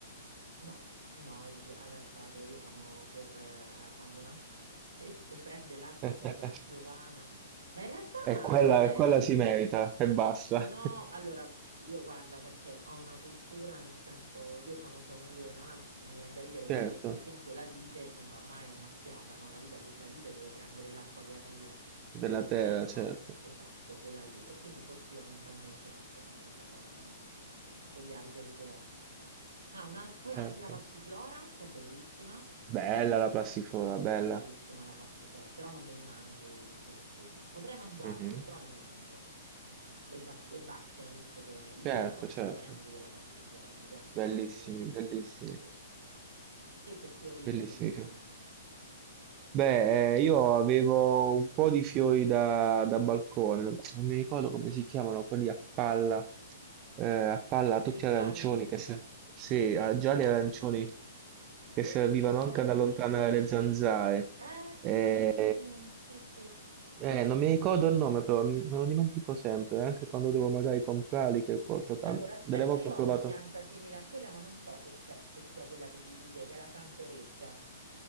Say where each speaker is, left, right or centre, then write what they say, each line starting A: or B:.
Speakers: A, on the right (about 75°); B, on the right (about 30°).
A: no, no, il bia- ha lasciato, io sono per, eh, ha abbandonato <laughs> il tetto, prende l'acqua
B: <laughs>
A: piova- piovana. Ma in realtà,
B: E quella,
A: vabbè,
B: quella si merita e basta.
A: No,
B: <laughs>
A: allora io guarda perché ho una cultura, nel senso io sono sommelier, no? La- mi viene da ridere
B: Certo.
A: perché per esempio la vite non va mai annaffiata, no? La vita de- la vite deve prendere l'acqua che arriva
B: Della
A: dal
B: terra,
A: cielo,
B: certo,
A: no? Esatto, quella lì. E quindi forse io mentalmente faccio la stessa cosa con gli alberi che ho. Ah, un al- poi ho
B: certo.
A: anche la passiflora che è bellissima,
B: Bella la passiflora, bella.
A: è bellissima la passiflora, però non me li mangio i frutti. Potrei mangiarli,
B: Mhm.
A: però non li mangio. Le, bac- le bacche, no? Visto che i
B: Certo,
A: fiori sono stupendi
B: certo.
A: della passiflora, mi piacciono
B: Bellissimi,
A: da morire.
B: bellissimi,
A: Sì. Te che fiori
B: bellissimi.
A: ti piacciono?
B: Beh, eh, io avevo un po' di fiori da, da balcone, non mi ricordo come si chiamano, quelli a palla, eh, a palla
A: Quelli
B: tutti
A: gialli?
B: arancioni, che se, sì,
A: Che
B: ah,
A: belli!
B: gialli e arancioni,
A: Io
B: che
A: quelli
B: servivano
A: non li ho mai
B: anche
A: avuti.
B: ad allontanare le zanzare.
A: Ah, che
B: Eh,
A: carini! Sì, sì.
B: eh, non mi ricordo il nome, però m- me lo dimentico sempre, anche quando devo magari comprarli, che co- tata-
A: Allora, aspetta,
B: delle volte
A: io
B: ho provato,
A: ho una pianta simile a quella, ma non so se, se- se sia quella che dici te, che è la Santoreggia.